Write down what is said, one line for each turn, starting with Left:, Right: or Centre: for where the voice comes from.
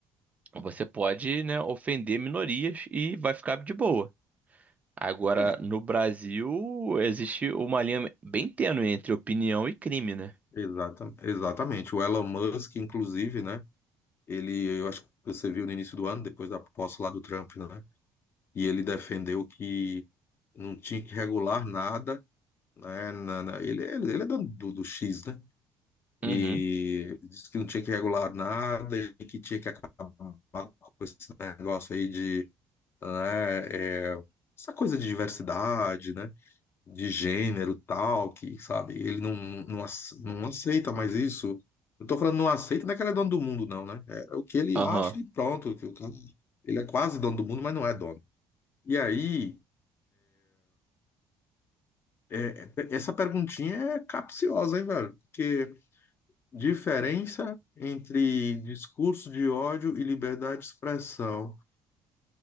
Right: Você pode, né, ofender minorias e vai ficar de boa. Agora,
Left: É,
Right: no Brasil, existe uma linha bem tênue entre opinião e crime, né?
Left: exata, exatamente. O Elon Musk, inclusive, né? Ele, eu acho que você viu no início do ano, depois da posse lá do Trump, né? E ele defendeu que não tinha que regular nada, né? na- na- ele, ele, ele é dono do, do X, né? E
Right: Uhum.
Left: ele disse que não tinha que regular nada e que tinha que acabar com esse negócio aí de, né, é, essa coisa de diversidade, né? De gênero e tal, que, sabe, ele não, não, ace- não aceita mais isso. Eu tô falando não aceita, não é que ele é dono do mundo, não, né? É é o que ele
Right: Aham.
Left: acha e pronto. que o cara- Ele é quase dono do mundo, mas não é dono. E aí. É, essa perguntinha é capciosa, hein, velho? Porque diferença entre discurso de ódio e liberdade de expressão.